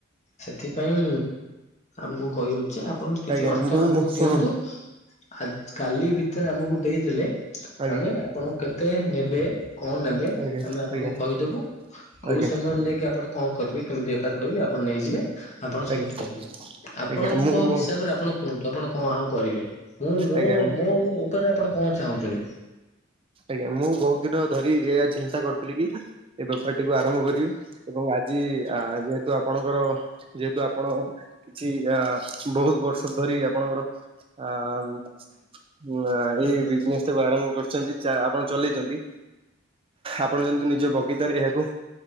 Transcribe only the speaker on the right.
ଆଜ୍ଞା
ମୁଁ
ଶୁଣନ୍ତୁ
ଆଜ୍ଞା
ଆଜ୍ଞା
ଆଜ୍ଞା
ଆଜ୍ଞା
ଆଜ୍ଞା
ଆଜ୍ଞା ମୁଁ ମୁଁ
ଆଜ୍ଞା
ଆଜ୍ଞା ମୁଁ ବହୁତ ଦିନ ଧରି ଏଇଆ ଚିନ୍ତା କରୁଥିଲି କି ଏ ବେପାରଟିକୁୁ ଆରମ୍ଭ କରିବି ଏବଂ ଆଜି ଯେହେତୁ ଆପଣଙ୍କର ଯେହେତୁ ଆପଣ କିଛି ଅ ବହୁତ ବର୍ଷ ଧରି ଆପଣଙ୍କର ଆ ନା
ଏଇ ବିଜନେସ୍ ଟାକୁ ଆରମ୍ଭ କରିଛନ୍ତି ଆପଣ ଚଲେଇଛନ୍ତି। ଆପଣ ଯେମତି ନିଜ ବଗିଚାରେ ଏହାକୁ